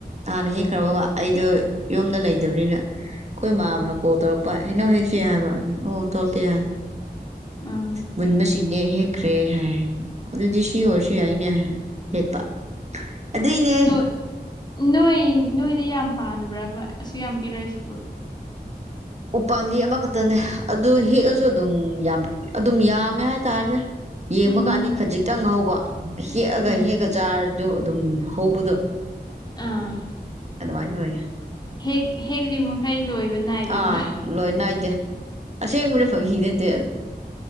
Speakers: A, on the right (about 40°); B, on the left (about 25°).
A: ꯍꯥꯟꯅ ꯍꯦꯛꯈ꯭ꯔꯕꯕ ꯑꯩꯗꯣ ꯌꯨꯝꯗ ꯂꯩꯇꯕꯅꯤꯅ ꯑꯩꯈꯣꯏ ꯏ ꯃꯥꯕꯅ ꯀꯣꯛ ꯇꯧꯔꯛꯄ ꯍꯩꯅꯧ ꯍꯦꯛꯁꯦ ꯍꯥꯏꯕ ꯑꯣ ꯊꯣꯛꯀꯦ ꯍꯥꯏ
B: ꯎꯝ
A: ꯃꯨꯟꯕꯁꯤꯡꯅꯦ ꯍꯦꯛꯈ꯭ꯔꯦ ꯍꯥꯏ ꯑꯗꯨꯗꯤ ꯁꯤ ꯑꯣꯏꯔꯁꯨ ꯌꯥꯏꯅꯦ ꯍꯥꯏ ꯍꯦꯄ ꯑꯗꯨꯏꯅꯦ
B: ꯅꯣꯏ ꯅꯣꯏ ꯅꯣꯏꯗ ꯌꯥꯝ ꯄꯥꯟꯕ꯭ꯔꯕ ꯑꯁꯨ ꯌꯥꯝ ꯄꯤꯔꯛꯏꯁꯤꯕꯣ
A: ꯎꯄꯥꯥꯟꯗꯤ ꯑꯃꯈꯛꯇꯅꯦ ꯑꯗꯨ ꯍꯦꯛꯑꯁꯨ ꯑꯗꯨꯝ ꯌꯥꯝ ꯑꯗꯨꯝ ꯌꯥꯝꯃꯦ ꯍꯥꯏꯇꯥꯔꯦꯅꯦ ꯌꯦꯡꯕ
B: ꯎꯝ
A: ꯀꯥꯟꯗꯤ ꯈꯖꯤꯛꯇꯪ ꯍꯧꯕ ꯍꯦꯛꯑꯒ
B: ꯎꯝ
A: ꯍꯦꯛꯑ ꯆꯥꯔꯗꯨ ꯑꯗꯨꯝ ꯍꯧꯕꯗꯣ
B: ꯑꯥ
A: ꯑꯗꯃꯥꯢ <unintelligible>
B: ꯍꯦꯛ ꯍꯦꯛꯂꯤ ꯃꯈꯩ ꯂꯣꯏꯕ ꯅꯥꯏꯗꯕꯅ
A: ꯑꯥ ꯂꯣꯏ ꯅꯥꯏꯗꯦ ꯑꯁꯦꯡꯕꯅ ꯐꯥꯒꯤ ꯅꯠꯇꯦ